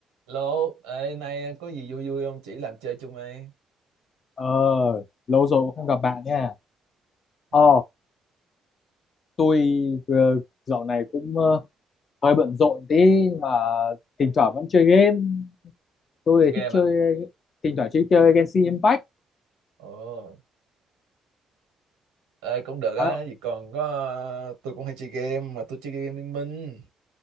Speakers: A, on the right; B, on the left.
A: Lô, ê, nay có gì vui vui không? Chỉ làm chơi chung đi.
B: Ờ, lâu rồi cũng không gặp bạn nha. Ờ,
A: Ừ,
B: tôi vừa- dạo này cũng ờ, hơi bận rộn tí nhưng mà thỉnh thoảng vẫn chơi game. Tôi
A: chơi
B: thì
A: game
B: thích chơi
A: à?
B: thỉnh thoảng chơi chơi Genshin Impact.
A: Ồ, ê, cũng được
B: À,
A: á. Vì còn có, ờ, tôi cũng hay chơi game, mà tôi chơi game Liên Minh.